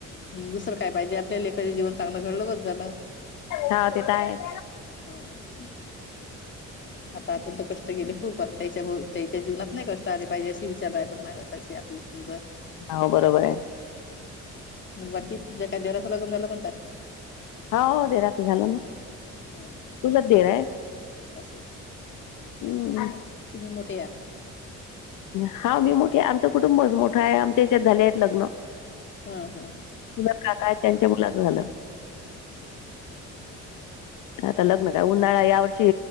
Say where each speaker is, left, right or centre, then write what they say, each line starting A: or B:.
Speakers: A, on the left; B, on the left.
A: हूं, दुसरं काय पाहिजे आपल्या लेकराचे जीवन चांगलं घडलं बस झालं.
B: हा ते तर आहेच
A: हम्म, आता आपण तर कष् ष्ट गेले खूप आता त्यायच्या भोव त्यायच्या जीवनात नाही कष्ट आले पाहिजे, असे विचार राहतात माय बापाचे आपले समजा
B: हाव बरोबर आहे.
A: हम्म. मग बाकी तुमच्या काय देराचं लगन झालं म्हणताय?
B: हाव देराचं झालं ना,
A: हा हा
B: चुलत देर आहे,
A: असं असं.
B: उम्म.
A: तुम्ही मोठे या.
B: हा, मी मोठी आहे आमचं कुटुंबच मोठ आहे, आमच्या हेच्यात झाले आहेत लग्न.
A: हां, हा.
B: चुलत काका आहेत, त्यांच्या मुलाच झालं.
A: असं असं.
B: आता लग्न काय उन्हाळा या वर्षी,